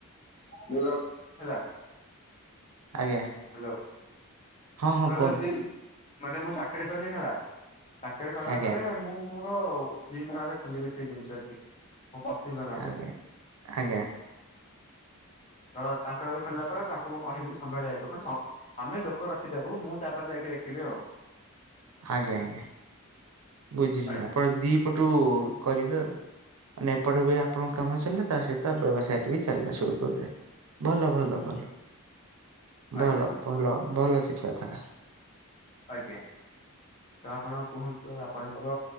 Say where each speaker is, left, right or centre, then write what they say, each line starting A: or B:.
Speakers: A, on the left; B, on the right.
A: ବଲା ହେଲା।
B: ଆଜ୍ଞା।
A: ହ୍ୟାଲୋ
B: ହଁ
A: ମୁଁ
B: ହଁ
A: ଧରି
B: କୁହନ୍ତୁ
A: ମାନେ ମୁଁ ଚାକିରି କଲି ହେଲା। ଚାକିରି କଲା
B: ଆଜ୍ଞା
A: ପରେ ମୁଁ ମୋର ସ୍ତ୍ରୀଙ୍କ ନାରେ ଖୋଲିବି ସେଇ ଜିନିଷଟି। ମୋ ପତ୍ନୀଙ୍କ ନାଁରେ
B: ଆଜ୍ଞା ଆଜ୍ଞା।
A: ତ ତାଙ୍କଡରେ ଫେରିଲା ପରେ ତାଙ୍କୁ ମୁଁ କହିବି ସମ୍ଭାଳିିବା ଯଥିଲି। ଲୋକ ଆମେ ଲୋକ ରଖିଦବୁ ମୁଁ ତାପରେ ଯାଇକି ଦେଖିବି ଆଉ।
B: ଆଜ୍ଞା ଆଜ୍ଞା। ବୁଝିଲି
A: ଆଜ୍ଞା
B: ଆପଣ ଦି ପଟୁ କରିବେ ଆଉ। ନ ଏପଟେ ବି ଆପଣଙ୍କ କାମ ଚାଲିଲା ତା ସହିତ ବ୍ୟବସାୟ ବି ଚାଲିଲା ସୁରୁପରୁରେ। ଭଲ ଭଲ
A: ହୁଁ
B: ଭଲ
A: ହୁଁ ଆଜ୍ଞା
B: ଭଲ ଭଲ ଭଲ ଚିନ୍ତା ଧାରା।
A: ଆଜ୍ଞା। ତ ଆପଣ କୁହନ୍ତୁ ଆପଣଙ୍କର